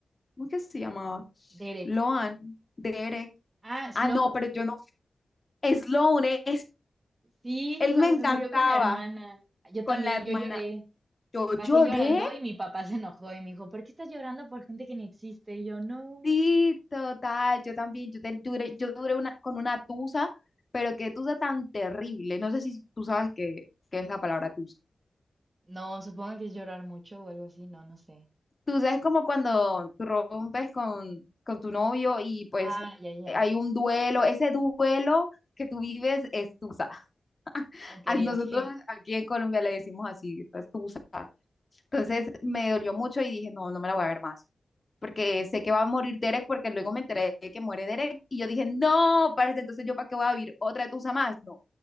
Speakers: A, on the left; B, on the right.
A: ¿cómo es que se llamaba?
B: Derek.
A: Loan, Derek.
B: Ah, Sloan.
A: Ah, no, pero yo no. Sloane,
B: Sí,
A: Él
B: cuando
A: me encantaba
B: se murió con la hermana. Yo
A: con
B: también,
A: la hermana.
B: yo lloré.
A: Yo
B: Bajé
A: lloré,
B: llorando y mi papá se enojó y me dijo, ¿por qué estás llorando por gente que ni existe? Y yo, no.
A: sí, total. Yo también, yo, te- duré, yo duré una, con una tusa, pero qué tusa tan terrible. No sé si tú sabes qué, qué es la palabra tusa.
B: No, supongo que es llorar mucho o algo así, no, no sé.
A: Tusa es como cuando tú rompes con, con tu novio y pues
B: Ah, ya, ya.
A: hay un duelo. Ese duelo que tú vives es tusa. <laughs>
B: Ok,
A: A nosotros
B: ok.
A: aquí en Colombia le decimos así, es tusa. Entonces me dolió mucho y dije, no, no me la voy a ver más, porque sé que va a morir Derek, porque luego me enteré de que muere Derek y yo dije, no, parce, entonces yo para qué voy a vivir otra de Tusa más. No,